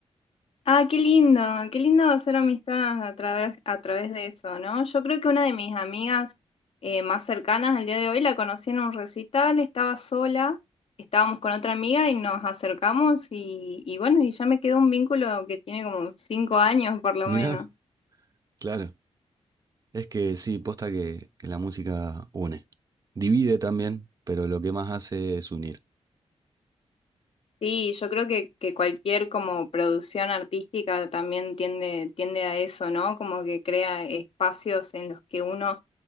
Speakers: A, on the left; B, on the right.
A: Ah, qué lindo, qué lindo hacer amistades a través, a través de eso, ¿no? Yo creo que una de mis amigas eh, más cercanas al día de hoy la conocí en un recital, estaba sola, estábamos con otra amiga y nos acercamos y, y bueno, y ya me quedó un vínculo que tiene como cinco años por lo
B: Mirá,
A: menos.
B: claro, es que sí, posta que, que la música une. Divide también, pero lo que más hace es unir.
A: Sí, yo creo que, que cualquier como producción artística también tiende, tiende a eso, ¿no? Como que crea espacios en los que uno